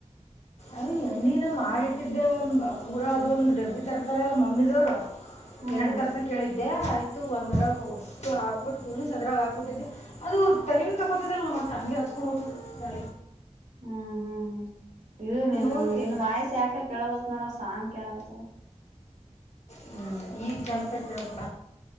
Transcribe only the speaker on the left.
ಅದು ಎಣ್ಣಿನ ಮಾಡಿ ಇಟ್ಟಿದ್ದೆ ಒಂದ್ ಪೂರ ಅದು ಒಂದು ಡಬ್ಬಿ ತರ್ತಾರಲ್ಲ ಮಮ್ಮಿದವರು
ಎರಡು ತಾರಸಕ್ಕೆ ಹೇಳಿ ಇದೆ ಆಯ್ತು ಒಂದರ ಹುಟ್ ಹಾಕ್ಬಿಟ್ಟು ಕ ಅದರ ಹಾಕ್ಬಿಟ್ಟಿದ್ದೆ ಅದು ಟಲೀಮ್ ತಗೊತ್ತಾಲ್ಲ ಮತ್ತ್ ಅಂಗೆ ಹಸ್ಕೊಂಡು ಹೊತ್ತದ
ಹೋಗಿ
ಹ್ಮ್ ಈ ಕೆಲಸ ಕೆಲ್ಪ